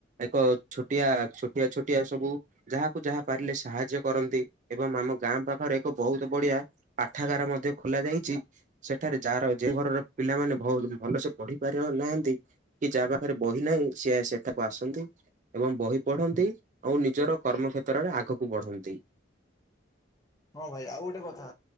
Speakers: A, on the right; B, on the left.
A: ଏକ ଛୋଟିଆ, ଛୋଟିଆ, ଛୋଟିଆ ସବୁ ଯାହାକୁ ଯାହା ପାରିଲେ ସାହାଯ୍ୟ କରନ୍ତି। ଏବଂ ଆମ ଗାଁ ପାଖରେ ଏକ ବହୁତ ବଢିଆ ପାଠାଗାର ମଧ୍ୟ ଖୋଲା ଯାଇଚି। ସେଠାରେ ଯାହାର ଯେଉଁ ଘରର ପିଲାମାନେ ଭଲ ସେ ପଢି ପାରୁ ନାହାନ୍ତି କି ଯାହା ପାଖରେ ବହି ନାହିଁ, ସିଏ ସେଠାକୁ ଆସନ୍ତି। ଏବଂ ବହି ପଢନ୍ତି ଆଉ ନିଜର କର୍ମ କ୍ଷେତ୍ରରେ ଆଗକୁ ବଢନ୍ତି।
B: ହଁ, ଭାଇ ଆଉ ଗୋଟେ କଥା,